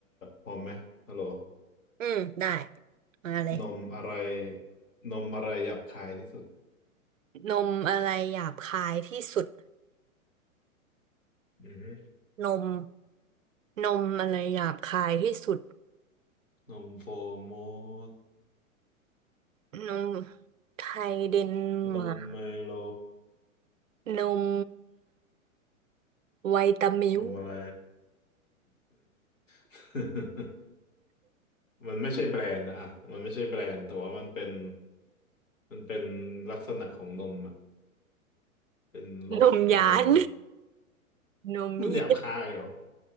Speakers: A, on the left; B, on the right.
A: พร้อมไหมฮัลโหล
B: อืมได้มาเลย
A: นมอะไร นมอะไรหยาบคายที่สุด
B: นมอะไรหยาบคายที่สุด
A: อือฮึ
B: นมนมอะไรหยาบคายที่สุด
A: นมโฟโมด
B: นมไทยเดนมาร์ก
A: นมไมโล
B: นมไวตามิว
A: นมอะไร <laughs> มันไม่ใช่แบรนด์นะอ่ะมันไม่ใช่แบรนด์แต่ว่ามันเป็นมันเป็นลักษณะของนมอ่ะเป็นรสของนม
B: นมหยานนมเหี้ย
A: มันหยาบคายเหรอ